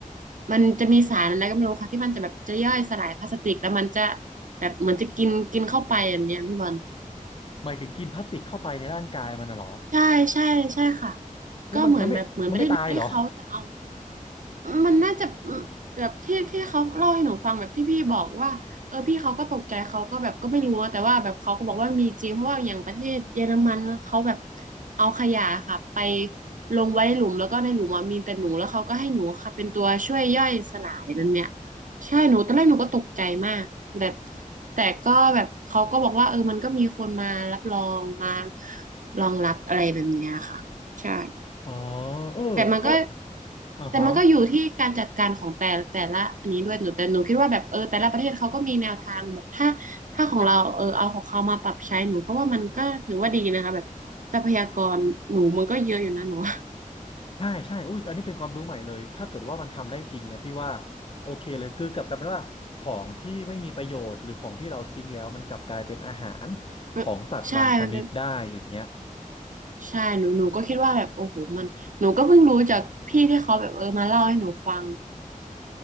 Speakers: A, on the right; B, on the left.
A: มันจะมีสารอะไรก็ไม่รู้ค่ะที่มันจะแบบจะย่อยสลายพลาสติกแล้วมันจะแบบเหมือนจะกินกินเข้าไปแบบเนี้ยพี่บอล
B: หมายถึงกินพลาสติกเข้าไปในร่างกายมันน่ะเหรอ
A: ใช่ใช่ใช่ค่ะ
B: แล้วมันมันไม่มันไม่ตายเหรอ
A: ก็เหมือนแบบเหมือนประเทศนั้นให้เขาจะเอา มันน่าจะแบบที่ที่เขาเล่าให้หนูฟังแบบที่พี่บอกว่าเออพี่เขาก็ตกใจเขาก็แบบก็ไม่รู้อะแต่ว่าแบบเขาก็บอกว่ามีจริงเพราะว่าอย่างประเทศเยอรมันเขาแบบเอาขยะค่ะไปลงไว้นหลุมแล้วก็ในหลุมอะมีแต่หนูแล้วเขาก็ให้หนูค่ะเป็นตัวช่วยย่อยสลายนั่นเนี่ยใช่หนูตอนแรกหนูก็ตกใจมากแบบแต่ก็แบบเขาก็บอกว่าเออมันก็มีคนมารับรองมารองรับอะไรแบบเนี้ยค่ะใช่
B: อ๋อเออก็
A: แต่มันก็
B: อ่าฮะ
A: แต่มันก็อยู่ที่การจัดการของแต่แต่ละอันนี้ด้วยหนูแต่หนูคิดว่าแบบเออแต่ละประเทศเขาก็มีแนวทางแบบถ้าถ้าของเราเออเอาของเขามาปรับใช้หนูก็ว่ามันก็ถือว่าดีนะคะแบบทรัพยากรหนูมันก็เยอะอยู่นะหนูว่า
B: ใช่ใช่อุ้ยอันนี้เป็นความรู้ใหม่เลย ถ้าเกิดว่ามันทำได้จริงเนี่ยพี่ว่าโอเคเลยคือกลับกลายเป็นว่าของที่ไม่มีประโยชน์หรือของที่เราทิ้งแล้วมันกลับกลายเป็นอาหาร
A: แบบใช่มันเป็น
B: ของสัตว์บางชนิดได้อย่างเงี้ย
A: ใช่หนูหนูก็คิดว่าแบบโอ้โหมันหนูก็เพิ่งรู้จากพี่ที่เขาแบบเออมาเล่าให้หนูฟัง